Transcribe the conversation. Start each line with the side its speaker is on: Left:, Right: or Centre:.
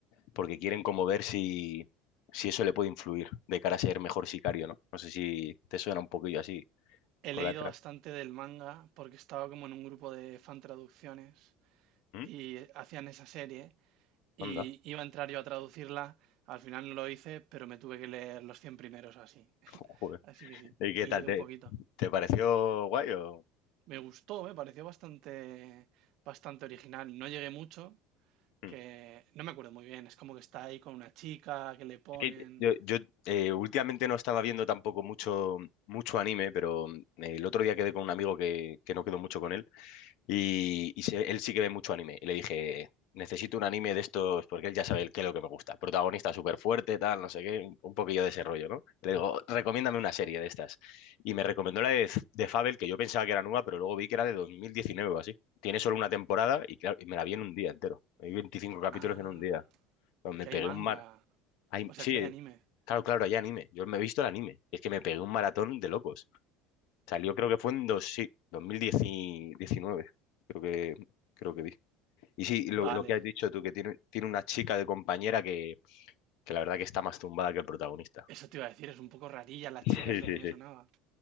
Left: porque quieren como ver si, si eso le puede influir de cara a ser mejor sicario, ¿no? No sé si te suena un poquillo así
Right: He
Left: con
Right: leído
Left: la otra.
Right: bastante del manga porque estaba como en un grupo de fan traducciones
Left: ¿Mm?
Right: y hacían esa serie y
Left: Anda,
Right: iba a entrar yo a traducirla. Al final no lo hice, pero me tuve que leer los 100 primeros o así.
Left: <laughs> joder.
Right: Así que sí,
Left: ¿Y qué
Right: he
Left: tal?
Right: leído
Left: ¿Te,
Right: un poquito.
Left: te pareció guay o...?
Right: Me gustó, me pareció bastante, bastante original. No llegué mucho,
Left: Mm.
Right: que no me acuerdo muy bien, es como que está ahí con una chica, que le ponen...
Left: Es que yo, yo, eh, últimamente no estaba viendo tampoco mucho, mucho anime, pero eh, el otro día quedé con un amigo que, que no quedó mucho con él Y, y se- él sí que ve mucho anime. Y le dije, necesito un anime de estos, porque él ya sabe el qué es lo que me gusta. Protagonista súper fuerte, tal, no sé qué, un, un poquillo de ese rollo, ¿no? Le digo, recomiéndame una serie de estas. Y me recomendó la de, de Fable, que yo pensaba que era nueva, pero luego vi que era de 2019 o así. Tiene solo una temporada y, claro, y me la vi en un día entero. Hay 25 capítulos
Right: Ah,
Left: en un día. Me
Right: que
Left: pegué
Right: hay manga,
Left: un mar... Ay,
Right: o sea,
Left: sí,
Right: que hay anime.
Left: claro, claro, hay anime. Yo me he visto el anime. Es que me pegué un maratón de locos. Salió creo que fue en dos, sí, 2019, creo que, creo que vi. Y sí, lo,
Right: Vale,
Left: lo que has dicho tú, que tiene, tiene una chica de compañera que, que la verdad que está más tumbada que el protagonista.
Right: eso te iba a decir, es un poco rarilla la
Left: <laughs>
Right: chica,
Left: Sí,
Right: es lo
Left: sí,
Right: que me
Left: sí.
Right: sonaba.